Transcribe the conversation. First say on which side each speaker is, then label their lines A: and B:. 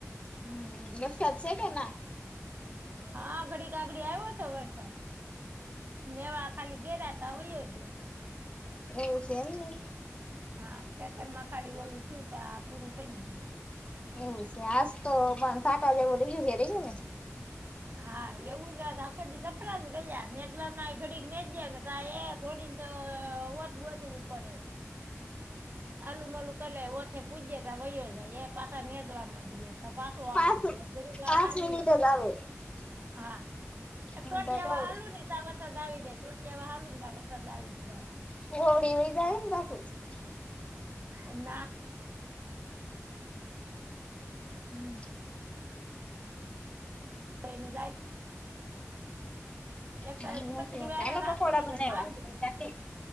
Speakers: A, on the left; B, on the right.
A: હમ્મ, વરસાદ સે કે ના?
B: હા ઘડી ક આગડી આવ્યો હતો વરસાદ નેવા ખાલી ગેરા ત્યાં વયો જ્યો.
A: એવું સે એમને.
B: હા ખેતર માં ખાલી ગોળું છતા પૂરું થઈ ગ્યું.
A: એવું છે આજ તો પણ સાતાજેવું રેયું છે ર ગયું ને?
B: હા એવું જ વાત આખો દિ સપડા જ રહ્યા નેદવામાં ઘડી નેચ્યા ને રા એ થોડીને તો વત ગોચવી પડે. આલુ મલું કરલે ઓછે પૂજે તા વયો જાય એ પાછ નેદવા તા પાછો આવી
A: પાંચ
B: જાય એ. જરીક વાર
A: પાંચ
B: આલીએ.
A: <inaudible>
B: હા
A: એમ
B: ચોટી
A: તો કવ
B: હવા હાલું ને તો વરસાદ આવી જાય. એવ હાલું ત પણ સદા આવી જાય હ.
A: <unintelligible>
B: ન
A: હમ્મ.
B: <unintelligible> એ
A: હા
B: સતરી વ્યા
A: ચાલો
B: રાતીને
A: પકોડા
B: બા.
A: <inaudible>